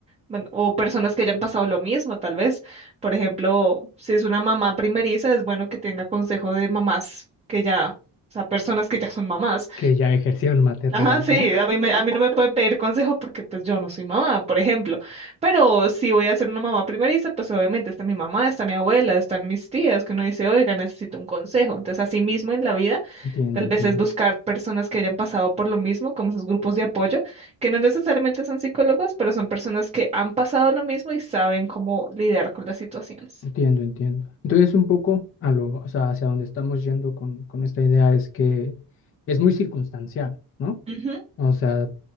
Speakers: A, on the right (about 15°); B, on the left (about 35°).
A: Bueno, o personas que hayan pasado lo mismo, tal vez. Por ejemplo, si es una mamá primeriza, es bueno que tenga consejo de mamás que ya, o sea, personas que ya son mamás
B: Que ya ejercieron maternidad,
A: Ajá, <laughs> sí,
B: ¿no?
A: a mí, me- a mí no me pueden pedir consejos porque pues yo no soy mamá, por ejemplo, pero si voy a ser una mamá primeriza, pues obviamente está mi mamá, está mi abuela, están mis tías, que uno dice, oiga, necesito un consejo. Entonces, así mismo en la vida,
B: Entiendo,
A: tal
B: entiendo.
A: vez es buscar personas que hayan pasado por lo mismo, como esos grupos de apoyo, que no necesariamente son psicólogos, pero son personas que han pasado lo mismo y saben cómo lidiar con las situaciones.
B: Entiendo, entiendo. Entonces, un poco a lo, o sea, hacia dónde estamos yendo con, con esta idea es que es muy circunstancial, ¿no?
A: Ujú,
B: O sea,